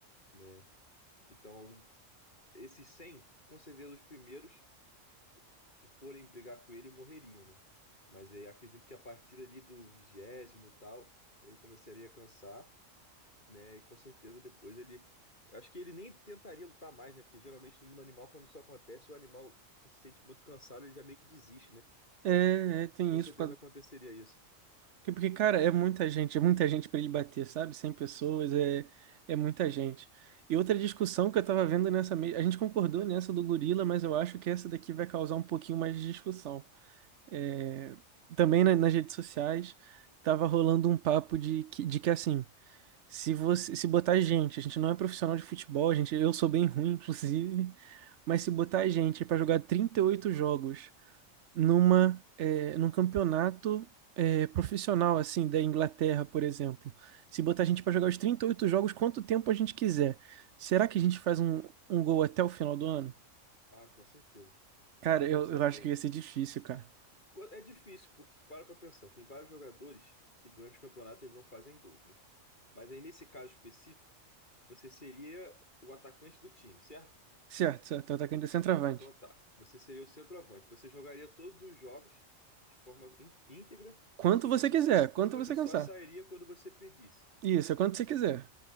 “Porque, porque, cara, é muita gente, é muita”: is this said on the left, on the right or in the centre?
Right